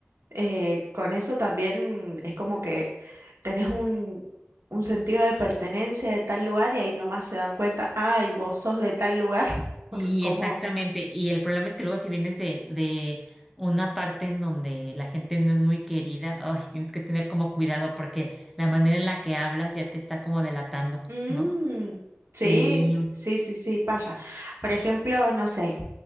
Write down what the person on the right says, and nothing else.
Eh, con eso también es como que tenés un, un sentido de pertenencia de tal lugar y ahí nomás se dan cuenta, ay, vos sos de tal lugar, <laughs> por
cómo...
Mm,
sí,
sí, sí, sí, pasa. Por ejemplo, no sé.